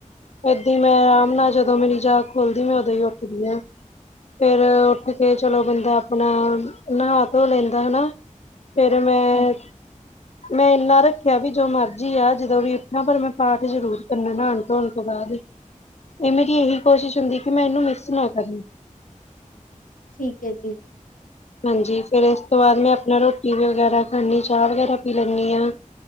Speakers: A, on the left (about 55°); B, on the left (about 80°).
A: ਏਦਾਂ ਮੈਂ ਆਰਾਮ ਨਾਲ ਜਦੋਂ ਮੇਰੀ ਜਾਗ ਖੋਲਦੀ ਮੈਂ ਓਦੋਂ ਹੀ ਉੱਠਦੀ ਹਾਂ। ਫਿਰ ਉੱਠ ਕੇ ਚਲੋ ਬੰਦਾ ਆਪਣਾ ਨਹਾ ਧੋ ਲੈਂਦਾ ਹਨਾ। ਫਿਰ ਮੈਂ-ਮੈਂ
B: ਹਾਂਜੀ
A: ਇੰਨਾ ਰੱਖ ਦੇਖਿਆ ਵੀ ਜੋ ਮਰਜ਼ੀ ਆ ਜਦੋਂ ਵੀ ਉੱਠਾ ਪਰ ਮੈਂ ਪਾਠ ਜ਼ਰੂਰ ਕਰਨਾ ਨਾਣ ਧੋਣ ਤੋਂ ਬਾਦ ਇਨਾ ਮੇਰੀ ਇਹੀ ਕੋਸ਼ਿਸ਼ ਹੁੰਦੀ ਕਿ ਮੈਂ ਇਨੂੰ ਮਿਸ ਨਾ ਕਰਨੀ।
B: ਠੀਕ ਐ ਜੀ।
A: ਹਾਂਜੀ ਫਿਰ ਇਸ ਤੋਂ ਬਾਦ ਮੈਂ ਆਪਣਾ ਰੋਟੀ ਵੀ ਵਗੈਰਾ ਖਾਂਨੀ ਚਾਹ ਵਗੈਰਾ ਪੀ ਲੈਂਣੀ ਆਂ